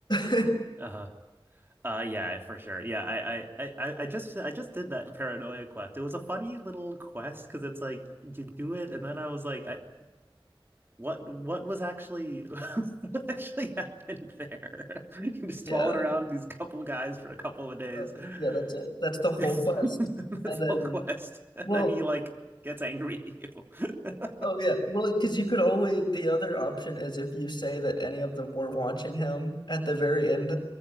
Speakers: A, on the left; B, on the right.
A: <laughs>
B: yeah. Uh-huh. Uh yeah, for sure. Yeah, I I I I I just I just did that paranoia quest. It was a funny little quest because it's like you do it and then I was like I what what was actually <laughs> what actually happened there? <laughs> You just
A: Yeah.
B: followed around these couple guys for a couple of days.
A: Oh,
B: <laughs>
A: yeah, that's it. That's the whole
B: That's
A: quest.
B: the
A: And then,
B: whole quest. And
A: well,
B: then he like gets angry at you.
A: oh
B: <laughs>
A: yeah. Well, because you could always, the other option is if you say that any of them were watching him at the very end,